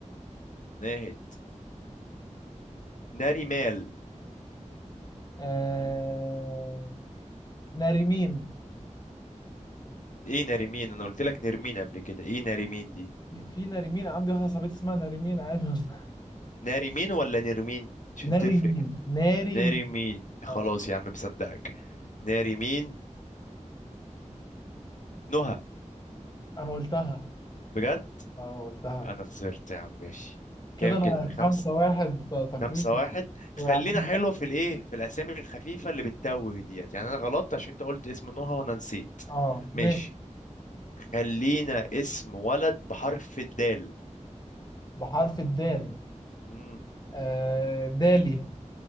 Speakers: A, on the left; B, on the left.
A: <laughs> ناهد ناريمال
B: آه... ناري مين،
A: ايه ناريمين انا قلت لك نرمين قبل كده ايه ناريمين دي
B: في في ناري مين، عندي واحدة صاحبتي اسمها ناري مين عادي والله.
A: ناريمين ولا نرمين
B: <laughs>
A: عشان
B: ناري
A: تفرق
B: مين ناري
A: ناريمين
B: مين
A: خلاص
B: اه
A: يا عم مصدقك ناريمين نهى
B: انا قلتها
A: بجد
B: اه قلتها
A: انا خسرت يا عم ماشي
B: كده
A: كام
B: انا
A: كده خمسة
B: خمسة واحد تقريبا
A: خمسة واحد
B: وعندي-
A: خلينا حلو في الايه في الاسامي الخفيفة اللي بتتوه ديت يعني انا غلطت عشان انت قلت اسم نهى وانا نسيت
B: اه ماشي
A: ماشي خلينا اسم ولد بحرف الدال
B: بحرف الدال
A: مم.
B: آه... دالي